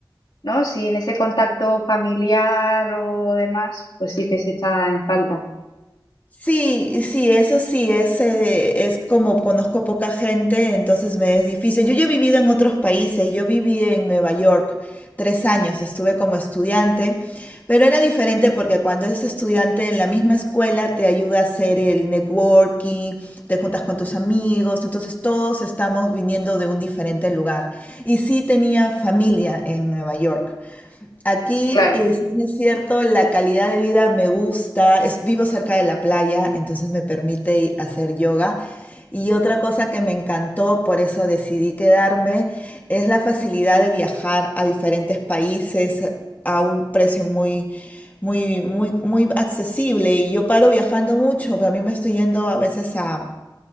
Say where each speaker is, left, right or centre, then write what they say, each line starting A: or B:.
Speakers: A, on the left; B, on the left.
A: ¿no? Sin ese contacto familiar o demás, pues sí que se echa en falta.
B: Sí, sí, eso sí, es, eh, es como conozco poca gente, entonces me es difícil. Yo, yo he vivido en otros países, yo viví en Nueva York tres años, estuve como estudiante, pero era diferente porque cuando eres estudiante en la misma escuela te ayuda a hacer el networking, te juntas con tus amigos, entonces todos estamos viniendo de un diferente lugar. Y sí tenía familia en Nueva York. Aquí,
A: Claro,
B: eh, si bien es cierto, la calidad de vida me gusta. es- vivo cerca de la playa, entonces me permite hacer yoga. Y otra cosa que me encantó, por eso decidí quedarme, es la facilidad de viajar a diferentes países a un precio muy, muy, muy, muy accesible. Y yo paro viajando mucho, pero a mí me estoy yendo a veces a